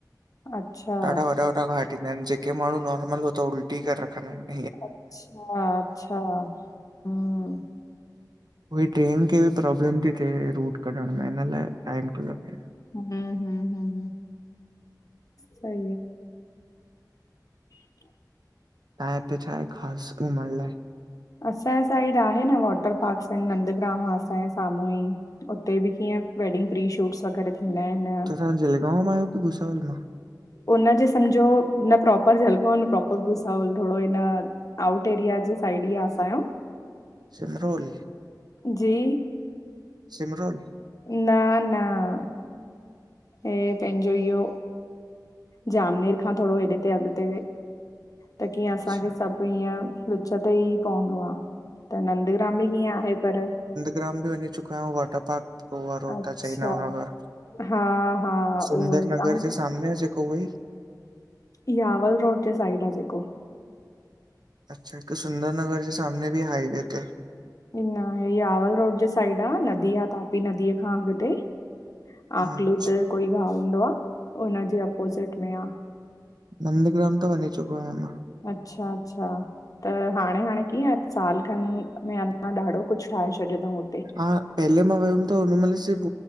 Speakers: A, on the left; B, on the right.
A: अच्छा
B: ॾाढा वॾा वॾा घाट ईंदा आहिन जेके माण्हू नॉर्मल हु त उल्टी करे रखंदा आहिन।
A: अच्छा अच्छा हं।
B: उई ट्रेन खे बि प्रॉब्लम थी थिए रूट कढण में हिन लाइ टाइम तो लॻे।
A: हं हं हं। सही आ। ब।
B: तां हेते छा आहे खास घुमणलाए?
A: असांजे साइड आहे न वॉटर पार्क्स अं नंदग्राम आ असांजे साम्हूं ई। उते बि कीअं वेडिंग प्री शूट्स वग़ैरह थींदा आहिन।
B: तां जलगांव में आयो की भूसावाल् खां?
A: उनजे सम्झो न प्रोपर जलगांव न प्रोपर भुसावल थोरो इन। आऊट एरया जे साइड ई आ असांयो।
B: सिमरोल
A: जी
B: सिमरोल।
A: न न। ऐं पंहिंजो इहो। जामनेर खां थोरो हेॾे ते अॻिते त कीअं
B: अच्छा
A: असांखे सभ। हीअं विच ते ई पवंदो आ त नंदग्राम बि कीअं आहे पर।
B: ग्राम बि वञीचुकांऊ वटर पार्क। रोआ रो
A: अच्छा
B: ता चैनाव नगर
A: हा हा
B: सुंदर
A: उहो ई
B: नगर
A: ऐं
B: जे। सामने जेको वई।
A: इहावल रोड जे साइड आहे जेको।
B: अच्छा हिक सुंदर नगर जे सामने बि हाईवे ते।
A: न इयावल रोड जे साइड आ नदी आ तापी नदीअ खां अॻिते। आकलूद
B: अच्छा
A: कोई गां ईंदो आ, हुनजे अपोज़िट में आ।
B: नंदग्राम त वञी चुको आहियां मां।
A: अच्छा अच्छा, त हाणे हाणे कीअं? साल खन में अञा ॾाढो कुछ ठाहे छॾियो तऊं हू।
B: हा, पहेलें मां वयम् त हुन मल सिर्फ़